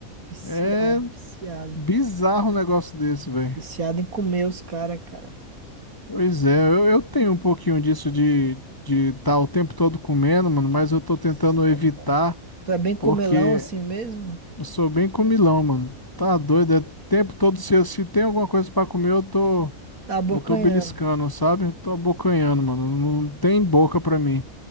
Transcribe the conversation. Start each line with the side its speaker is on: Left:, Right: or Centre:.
Right: Viciado,
Left: É
Right: viciado.
Left: bizarro um negócio desse, velho.
Right: Viciado em comer os caras, cara.
Left: Pois é, eu, eu tenho um pouquinho disso de de estar o tempo todo comendo, mano, mas eu tô tentando
Right: Sério?
Left: evitar
Right: Tu é bem comelão
Left: porque
Right: assim mesmo?
Left: eu sou bem comilão, mano. Tá
Right: Hum.
Left: doido, é o tempo todo se, eu- se tem alguma coisa pra comer, eu tô
Right: Tá abocanhando.
Left: eu tô beliscando, sabe? Eu tô abocanhando, mano. Não tem boca pra mim.